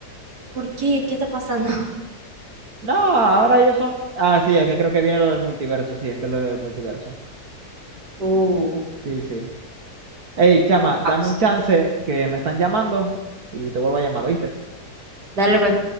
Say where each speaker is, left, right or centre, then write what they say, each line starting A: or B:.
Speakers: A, on the right; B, on the right.
A: ¿Por qué? ¿Qué está pasando? <laughs>
B: No, ahora ellos son. Ah, sí, es que creo que viene lo del multiverso. Sí, es que es lo del multiverso.
A: Uh.
B: Sí, sí. Ey, chama, dame
A: Vamos.
B: un chance que me están llamando y te vuelvo a llamar, ¿oíste?
A: Dale, pues.